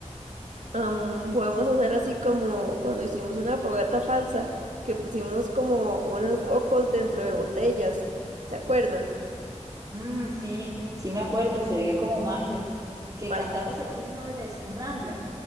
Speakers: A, on the right; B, on the right.
A: Am, podemos hacer así como cuando hicimos una fogata falsa, que pusimos como unos focos dentro de botellas. ¿Se acuerda?
B: mm, sí, sí me acuerdo, se veía como magia, que
A: Ma-
B: cantamos el himno deSpunlandia.